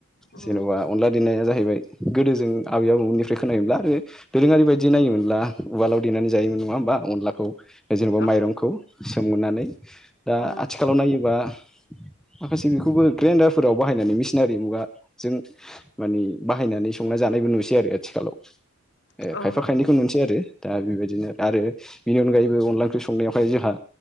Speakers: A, on the left; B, in the centre.
A: उम
B: जेनबा अनला देनाया जाहैबाय गोदो जों आबै आबौमोननिफ्राय खोनायोब्ला आरो दोरोङारि बायदि नायोमोनब्ला उवालाव देनानै जायोमोन नङा होमबा अनलाखौ जेनेबा
A: औ
B: माइरंखौ सोमगोननानै दा
A: उम
B: आथिखालाव नायोबा माखासे बेखौबो ग्रेन्डारफोराव बाहायनानै मिसिनारि मुगाजों मानि बाहायनानै संना जानायबो नुसै आरो आथिखालाव। एह
A: औ
B: खायफा खायनैखौ नुनोसै आरो दा बेबायदिनो आरो बेनि अनगायैबो अनला ओंख्रि संनायावहाय जोंहा